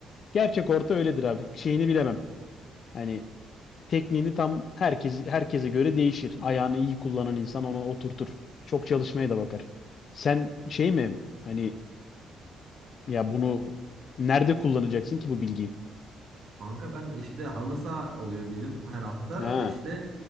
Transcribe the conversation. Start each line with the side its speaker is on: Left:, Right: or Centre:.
Left: Gerçek orta öyledir abi. Şeyini bilemem. Hani tekniğini tam herkes herkese göre değişir. Ayağını iyi kullanan insan ona oturtur. Çok çalışmaya da bakar. Sen şey mi? Hani ya bunu nerede kullanacaksın ki bu bilgiyi?
Right: Kanka ben işte halı saha oluyor bizim her hafta.
Left: Ha.
Right: İşte